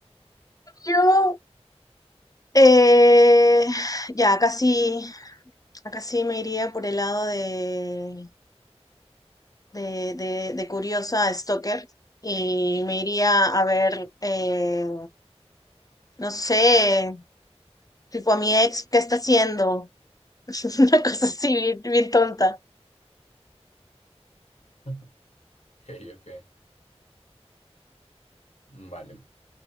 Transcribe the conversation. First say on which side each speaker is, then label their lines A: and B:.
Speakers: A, on the left (about 35°); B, on the left (about 75°).
A: Yo Eh, ya, casi, casi me iría por el lado de, de, de, de curiosa a stalker y me iría a ver, eh, no sé, tipo a mi ex, ¿qué está haciendo? <laughs> Una cosa así, bien, bien tonta.
B: <laughs> Ok, ok. Vale.